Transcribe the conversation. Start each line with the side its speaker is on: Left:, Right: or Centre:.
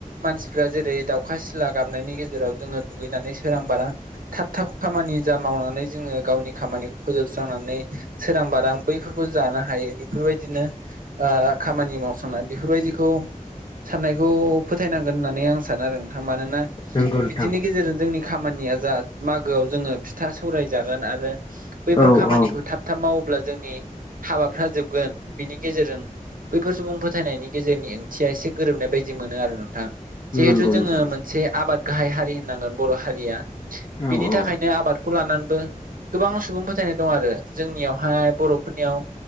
Right: मानसिफ्रा जेरै दाउखा सिला गाबनायनि गेजेराव जोङो दुगैनानै सोरां बारांनो थाब थाब खामानि जा मावनानै जोङो गावनि खामानिखौ फोजोबस्रांनानै। सोरां बारां बैफोरखौ जानो हायो बेफोरबादिनो ओ खामानि मावस्रांनाय बेफोरबादिखौ साननायखौ फोथायनांगोन होननानै आं सानो आरो नोंथां मानोना।
Left: नंगौ नोंथां
Right: बिदिनि गेजेरजों जोंनि खामानिया जा मागोआव जोङो फिथा सौराय जागोन आरो। बैफोर
Left: औ
Right: खामानिखौ
Left: औ
Right: थाब थाब मावोब्ला जोंनि हाबाफ्रा जोबगोन बिनि गेजेरजों। बैफोर सुबुं फोथायनायनि गेजेरनि ओंथिया एसे गोरोबनाय बायदि मोनो आरो ना थां
Left: नंगौ
Right: जिहेथु
Left: नोंथां
Right: जोङो मोनसे आबाद गाहाय हारि होनांगोन बर' हारिया।
Left: औ
Right: बिनि
Left: औ
Right: थाखायनो आबादखौ लानानैबोओ गोबां सुबुं फोथायनाय दं आरो जोंनियावहाय बर'फोरनियावो